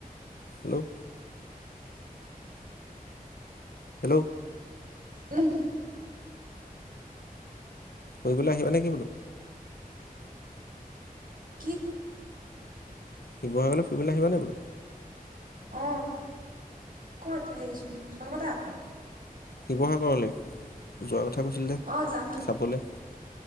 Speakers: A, on the left; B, on the right.
A: হেল্ল' হেল্ল'।
B: উম।
A: ফুৰিবলৈ আহিবা নেকি বোলো?
B: কি?
A: শিৱসাগৰলে ফুৰিবলে আহিবানে বোলো?
B: অ', ক'ত হেই তোমালোকৰ তাত?
A: শিৱসাগৰলে, যোৱা ক কথা কৈছিলে যে,
B: অঁ যামতো
A: চাবলে অ'।